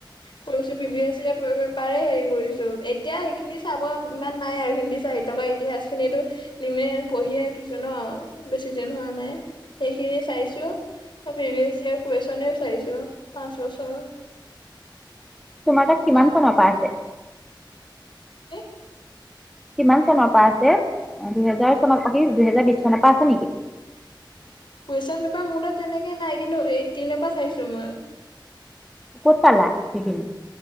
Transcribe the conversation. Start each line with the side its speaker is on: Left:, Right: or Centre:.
Left: কৰিছো পি ভি এছ পৰিব পাৰে হেৰি কৰিছো এতিয়া সেইখিনি চাব ইমান নাই আৰু হিন্দী চাহিত্যকাৰ ইতিহাস খিনিতো নিমে পঢ়িয়াই উঠিছো ন বেছি দিন হোৱা নাই সেইখিনি চাইছো পি ভিএছৰ কুৱেশ্যনে চাইছোঁ পাঁচ বছৰ
Centre: তোমাৰ তাত কিমান
Left: কাৰণ
Centre: চনৰ পৰা আছে
Left: কি
Centre: কিমান চনৰ পৰা আছে দুহেজাৰ চনত অ কি দুহেজাৰ বিশ চনৰ পৰা আছে নেকি
Left: কুৱেশ্যন পেপাৰ মোৰ তাত তেনেকে নাই কিন্তু এইটটিনৰ পৰা চাইছো মই
Centre: ক'ত পালা সেইখিনি